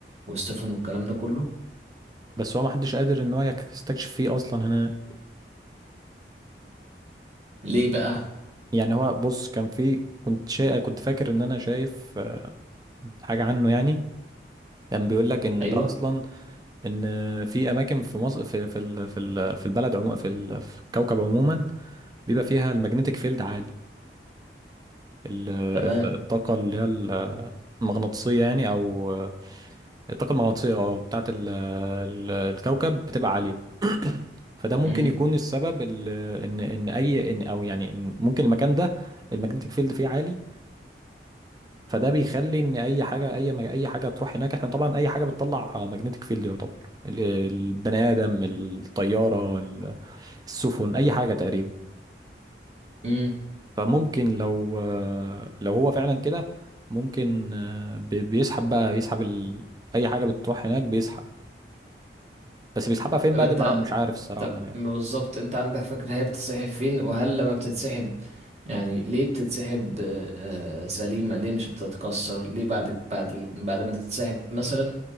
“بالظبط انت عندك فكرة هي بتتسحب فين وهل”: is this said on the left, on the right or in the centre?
Right